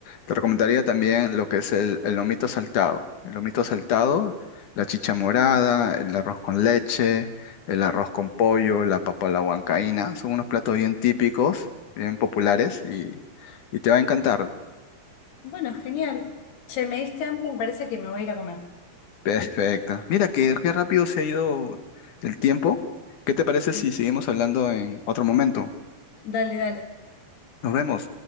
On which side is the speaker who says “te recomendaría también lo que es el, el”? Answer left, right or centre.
Left